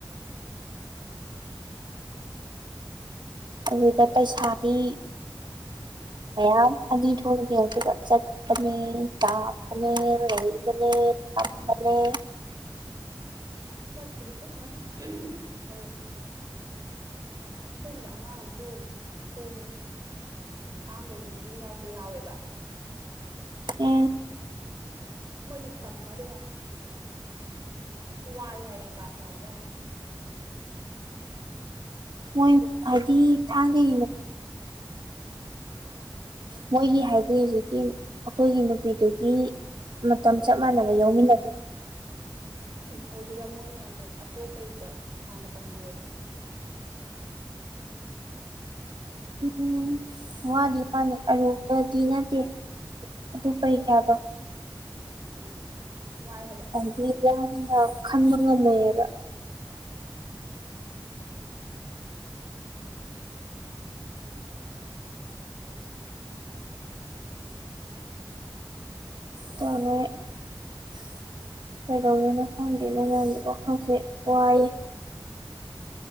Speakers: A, on the right; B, on the right.
A: ꯑꯗꯨꯗ ꯄꯩꯁꯥꯗꯤ ꯃꯌꯥꯝ ꯑꯅꯤ ꯊꯣꯛ ꯌꯦꯡꯈꯤꯕ ꯆꯠ ꯅꯤ ꯆꯥꯕꯅꯦ ꯂꯩꯕꯅꯦ ꯇꯝꯕꯅꯦ
B: ꯆꯠꯄꯨꯗꯤ ꯆꯠꯂꯅꯤ ꯑꯗꯨ ꯑꯩꯈꯣꯏ ꯁꯤꯗ ꯑꯉꯥꯡ ꯑꯃꯁꯨ ꯑꯩꯈꯣꯏ ꯊꯥꯡꯒꯒꯤ ꯅꯨꯄꯤꯗꯨꯅ ꯌꯥꯎꯕꯗꯣ ꯌꯥꯎꯋꯦꯕ
A: ꯎꯝ
B: ꯃꯣꯏꯗꯤ ꯇꯝꯃꯔꯣꯏ ꯍꯥꯏ ꯋꯥꯏ ꯍꯥꯏꯌꯦ ꯀ꯭ꯂꯥꯁ ꯌꯥꯎꯕꯗꯣ ꯌꯥꯝꯅ
A: ꯃꯣꯏ ꯍꯥꯏꯗꯤ ꯊꯥꯡꯒꯒꯤ ꯃꯣꯏꯒꯤ ꯍꯥꯏꯗꯤ ꯍꯧꯖꯤꯛꯀꯤ ꯑꯩꯈꯣꯏꯒꯤ ꯅꯨꯄꯤꯗꯨꯒꯤ ꯃꯇꯝ
B: ꯎꯝ
A: ꯆꯞ ꯃꯥꯟꯅꯕ ꯌꯥꯎꯃꯤꯟꯅ
B: ꯑꯣꯏꯗꯣꯏꯕ ꯃꯣꯏꯅ ꯑꯃꯨꯛ ꯑꯇꯣꯞꯄꯩꯗ ꯊꯥ ꯃꯥꯄꯟꯒꯤ ꯑꯣꯏꯕ
A: ꯎꯝ ꯋꯥꯗꯤ ꯋꯥꯅꯤ ꯑꯔꯨꯕꯗꯤ ꯅꯠꯇꯦ ꯑꯗꯨ ꯀꯔꯤ ꯀꯥꯏꯕ
B: ꯎꯝ ꯋꯥꯏ ꯍꯥꯏꯕ
A: ꯗꯤ ꯋꯥꯗꯅ ꯈꯟꯕ ꯉꯝꯃꯣꯏꯌꯦꯕ
B: ꯎꯝ
A: ꯇ <inaudible> ꯀꯩꯗꯧꯗꯣꯏꯅꯣ ꯈꯪꯗꯦꯗꯨꯅ ꯋꯥꯈꯜꯁꯦ ꯋꯥꯏꯌꯦ